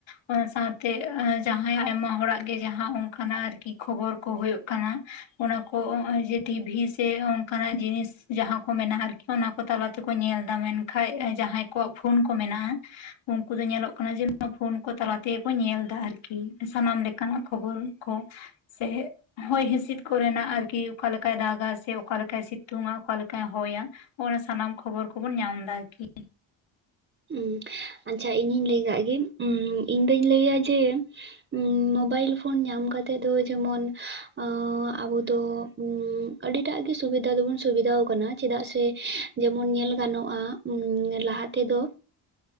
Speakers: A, on the left; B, on the right.
A: ᱚᱱᱟ ᱥᱟᱶᱛᱮ ᱟᱸ ᱡᱟᱦᱟᱸ ᱭᱟᱜ ᱟᱭᱢᱟ ᱦᱚᱲᱟᱜ ᱜᱮ ᱡᱟᱦᱟᱸ ᱚᱱᱠᱟ ᱱᱟᱜ ᱟᱨᱠᱤ ᱠᱷᱚᱵᱚᱨ ᱠᱚ ᱦᱳᱭᱳᱜ ᱠᱟᱱᱟ ᱚᱱᱟ ᱠᱚ ᱚᱜᱼᱚᱭ ᱡᱮ ᱴᱤᱵᱷᱤ ᱥᱮ ᱚᱝᱠᱟ ᱱᱟᱜ ᱡᱤᱱᱤᱥ ᱡᱟᱦᱟ ᱠᱚ ᱢᱮᱱᱟᱜᱼᱟ ᱟᱨᱠᱤ ᱚᱱᱟ ᱠᱚ ᱛᱟᱞᱟ ᱛᱮᱠᱚ ᱧᱮᱞ ᱫᱟ, ᱢᱮᱱᱠᱷᱟᱡ ᱮ ᱡᱟᱦᱟᱸᱭ ᱠᱚᱣᱟᱜ ᱯᱷᱳᱱ ᱠᱚ ᱢᱮᱱᱟᱜᱼᱟ ᱩᱝᱠᱩ ᱫᱚ ᱧᱮᱞᱚᱜ ᱠᱟᱱᱟ ᱡᱮ ᱯᱷᱳᱱ ᱠᱚ ᱛᱟᱞᱟ ᱛᱮᱜᱮ ᱠᱚ ᱧᱮᱞ ᱫᱟ ᱟᱨᱠᱤ, ᱥᱟᱱᱟᱢ ᱞᱮᱠᱟ ᱱᱟᱜ ᱠᱷᱚᱵᱚᱨ᱾ ᱠᱚ ᱥᱮ ᱦᱚᱭ ᱦᱤᱥᱤᱫ ᱠᱚᱨ ᱮᱱᱟᱜ ᱟᱨᱠᱤ ᱚᱠᱟ ᱞᱮᱠᱟᱭ ᱫᱟᱜᱟ ᱥᱮ ᱚᱠᱟ ᱞᱮᱠᱟᱭ ᱥᱤᱛ ᱛᱩᱝᱟ ᱚᱠᱟ ᱞᱮᱠᱟᱭ ᱦᱚᱭᱟ ᱚᱱᱟ ᱥᱟᱱᱟᱢ ᱠᱷᱚᱵᱚᱨ ᱠᱚᱵᱚᱱ ᱧᱟᱢ ᱫᱟ ᱟᱨ ᱠᱤ᱾
B: ᱩᱸ ᱟᱪᱪᱷᱟ ᱤᱧᱤᱧ ᱞᱟᱹᱭ ᱠᱟᱜ ᱜᱮ ᱩᱸ ᱤᱧ ᱫᱩᱧ ᱞᱟᱹᱭᱟ ᱡᱮ ᱩᱸ ᱢᱳᱵᱟᱭᱤᱞ ᱯᱷᱳᱱ ᱧᱟᱢ ᱠᱟᱛᱮᱜ ᱡᱮᱢᱚᱱ ᱚᱸ ᱟᱵᱚ ᱫᱚ ᱩᱸ ᱟᱹᱰᱤ ᱴᱟᱜ ᱜᱮ ᱥᱩᱵᱤᱫᱟ ᱫᱚᱵᱩᱱ ᱥᱩᱵᱤᱫᱟᱣ ᱠᱟᱱᱟ ᱪᱮᱫᱟᱜ ᱥᱮ ᱡᱮᱢᱚᱱ ᱧᱮᱞ ᱜᱟᱱᱚᱜ-ᱟ᱾ ᱩᱸ ᱞᱟᱦᱟ ᱛᱮᱫᱚ